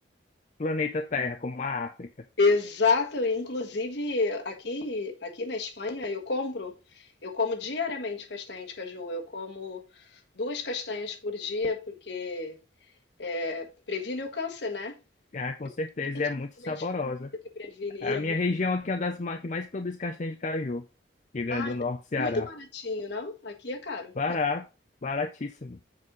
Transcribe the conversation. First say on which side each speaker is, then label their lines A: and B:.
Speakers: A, on the left (about 40°); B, on the left (about 65°).
A: planeta Terra, como a África.
B: exato, inclusive aqui, aqui na Espanha eu compro, eu como diariamente castanha de caju, eu como duas castanhas por dia porque é, previne o câncer, né?
A: Ah, com certeza,
B: Principalmente
A: e é muito saborosa.
B: porque previne e
A: A
B: é
A: minha
B: muito,
A: região aqui é uma das ma- que mais produz castanha de caju. Rio Grande
B: ai,
A: do Norte, Ceará.
B: muito baratinho, não? Aqui é caro.
A: Barato, baratíssimo.